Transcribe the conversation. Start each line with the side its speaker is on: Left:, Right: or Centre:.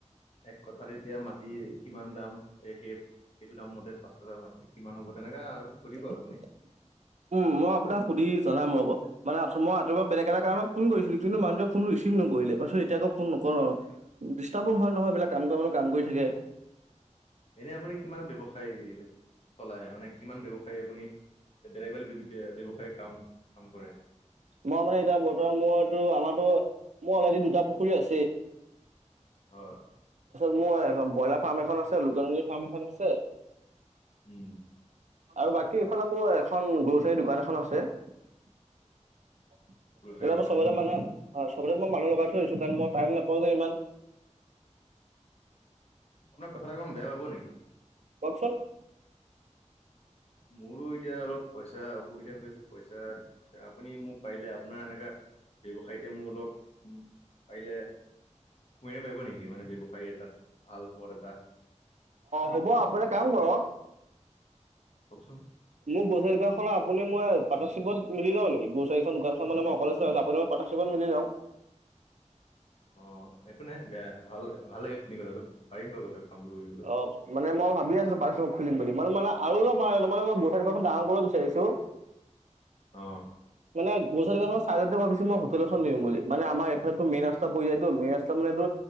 Left: এক কথাত এতিয়া মাটি কিমান দাম সেই সেই সেইটো দাম মতে পাঁচশপোৰা মাটি কিমান হ'ব তেনেকা আৰু।
Right: <inaudible>
Left: সুধিব আপুনি
Right: উম মই আপোনাক সুধি জনাম ৰ'ব মানে মই ৰাতিপুৱা বেলেগ এটা কাৰণত ফোন কৰিছিলো কিন্তু মানুহটোৱে ফোনটো ৰিচিভ নকৰিলে <unintelligible> এতিয়া আকৌ ফোন নকৰো কৰো আও, ডিষ্টাৰ্বো হয় নহয় এইবিলাক কাম কৰা মানে কাম কৰি থাকে।
Left: এনে আপুনি কিমান ব্যৱসায় চলাই মানে কিমান ব্যৱসায় আপুনি বেলেগ বেলেগ ব্যৱ ব্যৱসায় কাম, কাম কৰে।
Right: ম মানে এতিয়া বৰ্তমান মইটো আমাৰটো মো অলৰেডি দুটা পুখুৰী আছে।
Left: <inaudible> অহ
Right: মই ব্ৰইলাৰ ফাৰ্ম এখন আছে লোকেল মুুৰ্গী ফাৰ্ম এখন আছে।
Left: উম।
Right: আৰু বাকী ইফালে মোৰ এখন গ্ৰ'চাৰী দোকান এখন আছে। এতিয়া
Left: গ্ৰচাৰী দোকান
Right: মো সবতে
Left: ন
Right: মানে সবতে মই মানুহ লগাই থৈ আহিছোঁ কাৰণ মই টাইম নাপাওঁ যে ইমান।
Left: আপোনাক কথা এটা কম বেয়া পাব নেকি?
Right: কওকচোন।
Left: মোৰো এতিয়া অলপ পইচা অসুবিধা হৈ আছে পইচা আপুনি মোক পাৰিলে আপোনাৰ এনেকা ব্যৱসায়তে মোৰ অলপ উম পাৰিলে সোমোৱাই দিব পাৰিব নেকি মানে ব্যৱসায় এটাত ভাল পদ এটা
Right: হ'ব আপুনি কাম অ
Left: কওকচোন
Right: মোৰ গ্ৰচাৰী দোকানখন আপুনি মই পাটনাৰশ্বিপত মিলি লও নেকি? গ্ৰচাৰীখন দোকানখন মানে মই অকলে চলাই আছো আপুনি মই পাটনাৰশ্বিপত মিলি যাওঁ।
Left: অঁ, একো নাই বেয়া ভাল ভালেই এইখিনি কথাটো পাৰিম বাৰু কথাটো। কামটো কৰিবলৈ
Right: অঁ মানে মো ভাবি আছো পাৰ্নশ্বিপত খুলিম বুলি মানে মানে আৰু অলপ মানে অলপ মানে মই গ্ৰচাৰী দোকানখন ভাঙৰ কৰিব বিচাৰিছো
Left: অ
Right: মানে গ্ৰচাৰী খনৰ চাইডতে ভাবিছো মই হোটেল এখন দিম বুলি মানে আমাৰ এইফালেটো মেইন ৰাস্ত পৰি যায়টো, মেইন ৰাস্তা মোৰ এটো